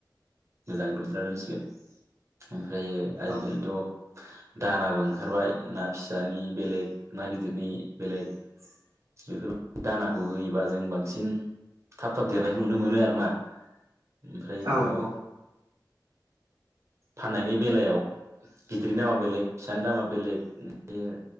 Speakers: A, on the right; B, on the right.
A: मोजां दुथना दोनसिगोन ओमफ्रायो आजिखालिथ'
B: औ
A: दानाबो ओंखारबाय ना फिसानि बेलेग ना गिदिरनि बेलेग बेफोरबायदि दानाखौ होयोबा जों बांसिन थाब थाब देरनायखौ नुनो मोनो आरो ना ओमफ्राय
B: औ
A: बिदिनो
B: औ
A: फाननायनि बेलायाव गिदिरनि नामा बेलेग फिसानि दामा बेलेग ओमफ्रायो